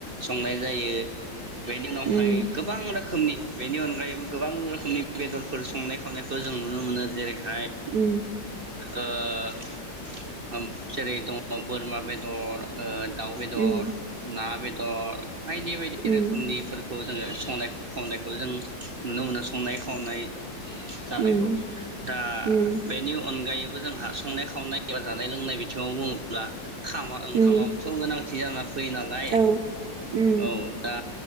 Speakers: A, on the right (about 45°); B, on the right (about 60°).
A: संनाय जायो। बेनि उनावहाय
B: उम
A: गोबां रोख खोमनि बेनि अनगायैबो गोबां रोखोमनि बेदरफोर संनाय खावनायखौ जों नुनो मोनो जेरै हाय
B: उम
A: ओ जेरै दङ बोरमा बेदर ओ दाउ बेदर,
B: उम
A: ना बेद दर बायदि बायदि
B: उम
A: रोखोमनिफोरखौ जोङो संनाय खावनायखौ जों नुनो मोनो संनाय खावनाय जानायखौ
B: उम
A: दा
B: उम
A: बेनि अनगायैबो जोंहा संनाय खावनाय एबा जानाय लोंनाय बिथिङाव बुङोब्ला खाम खामाबोथ'
B: उम
A: गोनां थि जाना फैयो नालाय
B: औ उम
A: औ दा